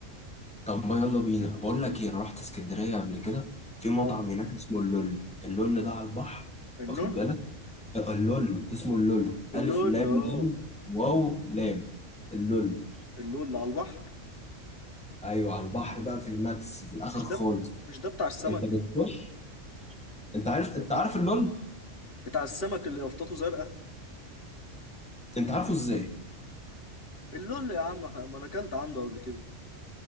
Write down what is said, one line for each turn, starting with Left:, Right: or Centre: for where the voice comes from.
Centre: طب ما يلا بينا بقول لك ايه انا رحت اسكندريه قبل كده في مطعم
Left: ولا
Centre: هناك اسمه اللول اللول ده على البحر
Left: النون
Centre: واخد بالك آه، اللول اسمه اللول
Left: اللول
Centre: الف لام
Left: اه
Centre: لام واو لام اللول
Left: اللول اللي على البحر
Centre: ايوه على البحر بقى في الماكس في الاخر
Left: مش
Centre: خالص
Left: ده مش ده بتاع السمك
Centre: انت بتخش انت عارف انت عارف اللول
Left: بتاع السمك اللي يافطته زرقاء
Centre: انت عارفه ازاي
Left: اللول يا عم ما انا اكلت عنده قبل كده